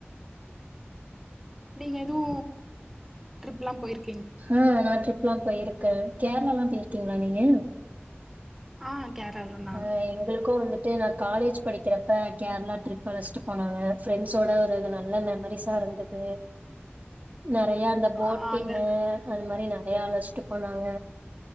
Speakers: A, in the centre; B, on the right (about 35°).
A: நீங்க எதுவு டிரிப்லா போயிருக்
B: ஆ நா ட்ரிப்ல்லா போயிருக்கே கேரளால்லா போயிருக்கீங்ளா நீங்க
A: ஆ கேரளா எல்லா
B: ஆ எங்களுக்கு வந்துட்டு நா காலேஜ் படிக்கிறப்ப கேரளா ட்ரிப் அழைச்சிட்டு போனங்கா ஃப்ரெண்ட்ஸ்ஸோட ஒரு நல்ல மெமரிஸா இருந்தது நெறையான் அந்த போட்டிங்ஙு
A: ஆ அந்த
B: அந்த மாரி நெறைய அழச்சிட்டு போனாங்க